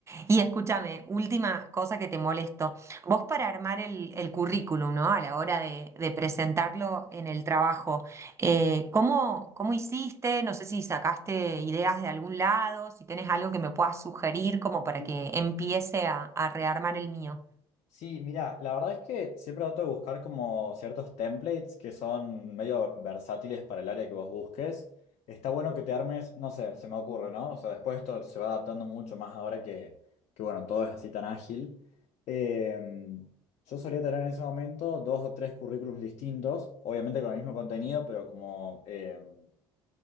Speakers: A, on the right; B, on the left.
A: Y escúchame, última cosa que te molesto. Vos para armar el, el currículum, ¿no? A la hora de, de presentarlo en el trabajo, eh, ¿cómo, cómo hiciste? No sé si sacaste ideas de algún lado, si tenés algo que me puedas sugerir como
B: Ujú.
A: para que empiece a, a rearmar el mío.
B: Sí, mira, la verdad es que siempre trato de buscar como ciertos templates que son medio versátiles para el área que vos busques. Está bueno que te armes, no sé, se me ocurre, ¿no? O sea, después esto se va adaptando mucho más ahora que, que bueno, todo es así tan ágil. Em, yo solía tener en ese momento dos o tres currículums distintos, obviamente con el mismo contenido, pero como em,